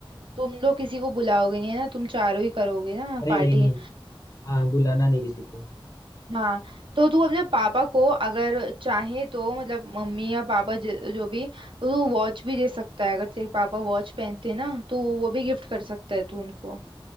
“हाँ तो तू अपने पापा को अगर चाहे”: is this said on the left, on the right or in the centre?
Right